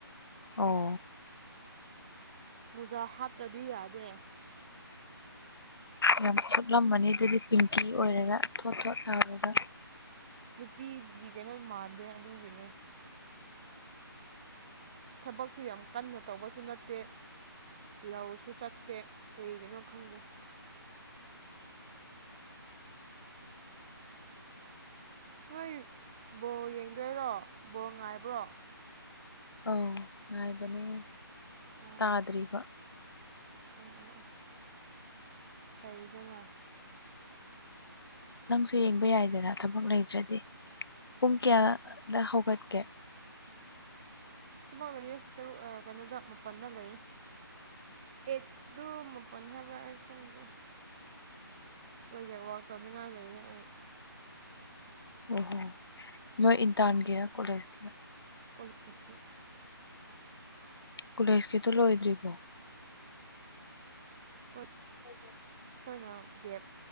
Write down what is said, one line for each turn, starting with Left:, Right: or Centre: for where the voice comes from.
Left: ꯑꯣ
Right: ꯖ ꯍꯥꯞꯇ꯭ꯔꯗꯤ ꯌꯥꯗꯦ
Left: ꯌꯥꯝ ꯁꯣꯠꯂꯝꯕꯅꯤ ꯑꯗꯨꯗꯤ ꯄꯤꯡꯀꯤ ꯑꯣꯏꯔꯒ ꯊꯣꯠ ꯊꯣꯠ ꯇꯥꯎꯔꯒ
Right: ꯅꯨꯄꯤꯒꯤ ꯀꯩꯅꯣ ꯃꯥꯟꯗꯦ ꯑꯗꯨꯒꯤꯅꯦ ꯊꯕꯛꯁꯨ ꯌꯥꯝ ꯀꯟꯅ ꯇꯧꯕꯁꯨ ꯅꯠꯇꯦ ꯂꯧꯁꯨ ꯆꯠꯇꯦ ꯀꯔꯤꯒꯤꯅꯣ ꯈꯪꯗꯦ ꯅꯣꯏ ꯕꯣ ꯌꯦꯡꯗꯣꯏꯔꯣ ꯕꯣ ꯉꯥꯏꯕ꯭ꯔꯣ
Left: ꯑꯧ ꯉꯥꯏꯕꯅꯦ
Right: ꯑꯣ
Left: ꯇꯥꯗ꯭ꯔꯤꯕ
Right: ꯑꯣ ꯑꯣ ꯐꯩꯗꯅ
Left: ꯅꯪꯁꯨ ꯌꯦꯡꯕ ꯌꯥꯏꯗꯅ ꯊꯕꯛ ꯂꯩꯇ꯭ꯔꯗꯤ ꯄꯨꯡ ꯀꯌꯥꯗ
Right: ꯑꯁ
Left: ꯍꯧꯒꯠꯀꯦ
Right: ꯄꯥꯛ ꯂꯩꯌꯦ ꯇꯔꯨꯛ ꯀꯩꯅꯣꯗ ꯑꯃꯨꯛ ꯃꯥꯄꯟꯅ ꯂꯩ ꯑꯦꯠꯇꯨ ꯃꯥꯄꯟ ꯍꯥꯏꯕ꯭ꯔꯥ ꯑꯩ ꯈꯪꯗꯦ ꯄ꯭ꯔꯖꯦꯛ ꯋꯥꯋꯥꯛ ꯇꯧꯅꯤꯡꯉꯥꯏ ꯂꯩꯌꯦ ꯑꯩ
Left: ꯑꯣ ꯍꯣ ꯅꯣꯏ ꯏꯟꯇꯥꯟꯒꯔ ꯀꯣꯂꯦꯖ
Right: ꯀꯣꯂꯦꯖꯀꯤ
Left: ꯀꯣꯂꯦꯖꯀꯤꯗꯨꯣ ꯂꯣꯏꯗ꯭ꯔꯤꯕꯣ
Right: ꯄ
Left: ꯍ
Right: ꯑꯩꯈꯣꯏꯅ ꯗꯒꯦꯞ